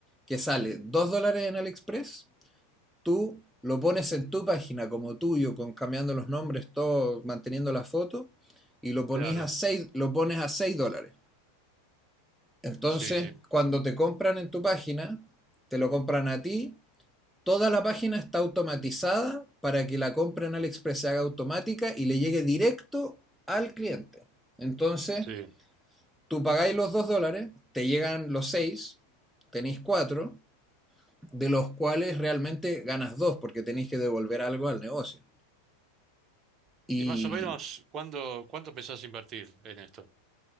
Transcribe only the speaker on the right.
claro,
sí, sí,
sí.
Y más o menos, ¿cuándo, cuánto pensás invertir en esto?